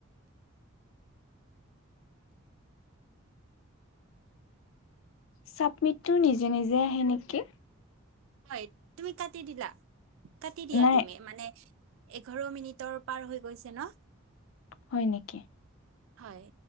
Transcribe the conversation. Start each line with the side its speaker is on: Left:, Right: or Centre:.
Left: ছাবমিটটো নিজে - নিজে আহে নেকি?
Right: হয়। তুমি কাটি দিলা? কাটি দিয়া
Left: নাই
Right: তুমি। মানে এঘাৰ মিনিটৰ পাৰ হৈ গৈছে ন'?
Left: হয় নেকি?
Right: হয়।